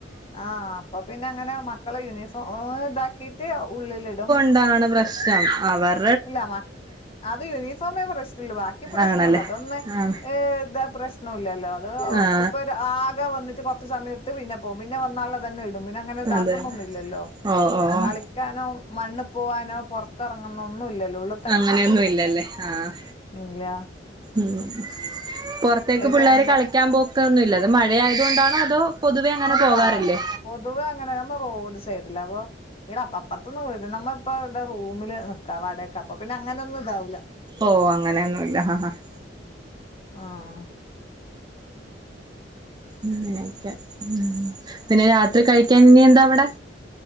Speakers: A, on the left; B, on the right.
A: ആഹ് അപ്പൊ പിന്നെ അങ്ങനെ മക്കള യൂണിഫോം ഇതാക്കിട്ട് ഉള്ളിലിടും
B: ന്താണ് പ്രശ് <unintelligible> ആഹ് വേർ
A: ഇല്ല മക്ക് അത് യൂണിഫോമേ പ്രശ്നള്ളൂ ബാക്കി പ്രശ്നല്ല
B: ആണല്ലേ
A: അതൊന്ന്
B: ആ
A: ഏഹ് ഇതാ പ്രശ്ന നല്ലൊല്ലോ അത്
B: ആ
A: ഇപ്പൊ ആകെ വന്നിട്ട് കൊറച്ച് സമയം ഇട്ട് പിന്നെ പോകും പിന്നെ വന്നാള്ള തന്നെ ഇടും പിന്നെ അങ്ങനെ ഇതാക്കുന്നൊന്നും
B: അതെ
A: ഇല്ലല്ലോ
B: ഓ ഓ ഓ
A: കളിക്കാനും മണ്ണ് പോവാനോ പൊറത്തിറങ്ങുന്നോ ഒന്നും ഇല്ലല്ലോ ഉള്ള്
B: അങ്ങനെയൊന്നും ഇല്ലല്ലേ ആഹ്
A: ഇല്ല
B: ഉം പൊറത്തേക്ക്
A: ഇവക്ക്
B: പിള്ളാര്
A: രണ്ട
B: കളിക്കാൻ പോ ട്ടൊന്നുല്ല അത് മഴയായതുകൊണ്ടാണോ അതോ പൊതുവെ അങ്ങനെ
A: അല്ലാ
B: പോകാറില്ലേ
A: പൊതുവെ അങ്ങനെ നമ്മ റോഡ് സൈഡിലാ അപ്പൊ <unintelligible> അപ്പറത്തൊന്ന് വീട് നമ്മപ്പ വിടെ റൂമില് നിക്കാ വാടക്ക് അപ്പ പിന്നെ അങ്ങനെയൊന്നും ഇതാവൂല്ല
B: ഓഹ് അങ്ങനെയൊന്നുല്ല ആഹ് ആഹ്
A: ആഹ് ആഹ്
B: അങ്ങനെയൊക്കെ ഉം പിന്നെ രാത്രി കഴിക്കാൻ ഇനിയെന്താ അവിടെ?